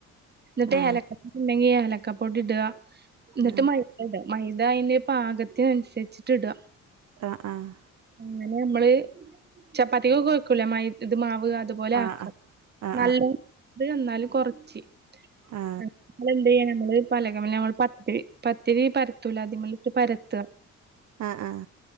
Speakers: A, on the right (about 35°); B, on the right (about 65°).
A: ന്നട്ട്
B: ആ
A: ഏലക്ക പൊടി ഉണ്ടെങ്കി ഏലക്ക പൊടി ഇട ന്നട്ട്
B: ആ
A: മൈദ ഇട മൈദ അയില് പാകത്തിനൻസരിച്ചിട്ട് ഇട
B: ആഹ് ആഹ്
A: അങ്ങനെ നമ്മള് ചപ്പാത്തികൊക്കെ കുഴക്കൂലേ മ ഇത് മാവ് അതുപോലെ
B: ആ ആ
A: ആക്ക
B: ആ ആ
A: നല്ലത് എന്നാലും കുറച്ച്
B: ആ
A: നമ്മ എന്ത് ചെയ്യ നമ്മള് പലകിൽ മ്മൾ പ <unintelligible> പത്തിരി പ തുലാദിമള്ളിട്ട് പരത്തുക
B: ആ ആ